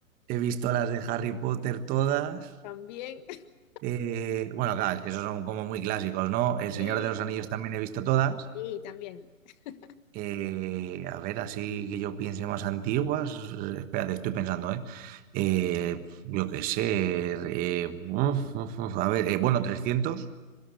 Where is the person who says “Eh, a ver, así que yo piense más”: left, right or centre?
Right